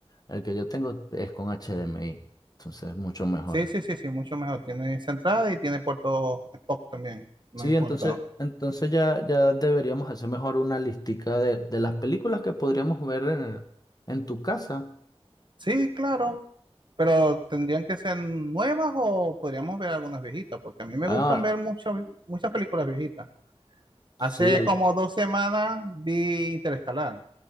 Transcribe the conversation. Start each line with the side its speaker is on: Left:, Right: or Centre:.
Left: el que yo tengo es con HDMI, entonces es mucho mejor.
Right: sí, sí, sí, sí, mucho mejor. Tiene esa entrada y tiene puerto Spock también, no
Left: Sí,
Right: importa.
Left: entonces, entonces ya, ya deberíamos hacer mejor una listica de, de las películas que podríamos ver en, en tu casa.
Right: Sí, claro, pero tendrían que ser nuevas o podríamos ver algunas viejitas porque a mí me
Left: Ah,
Right: gustan ver muchas muchas películas viejitas. Hace
Left: sí, al-
Right: como dos semanas vi Interestelar,